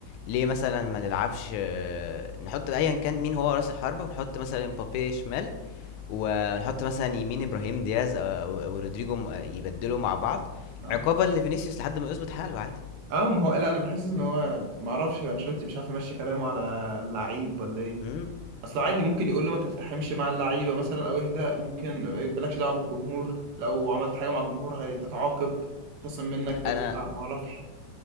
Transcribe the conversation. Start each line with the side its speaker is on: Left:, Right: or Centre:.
Left: ليه مثلا ما نلعبش آه، نحط ايا كان مين هو راس الحربة ونحط مثلا مبابي شمال ونحط مثلا يمين ابراهيم دياز او أو رودريجو م- آه، يبدلوا مع بعض
Right: اه
Left: عقابا لفينيسيوس لحد ما يظبط حاله عادي
Right: اه ما هو لا انا بحس ان هو ما اعرفش انشيلوتي مش عارف يمشي كلامه على اللعيب ولا ايه
Left: مم.
Right: اصل عادي ممكن يقول له ما تلتحمش مع اللعيبه مثلا او اهدى ممكن ما يقبلكش دعوه بالجمهور لو عملت حاجه مع الجمهور هتتعاقب خصم منك هتدفع
Left: انا
Right: ما اعرفش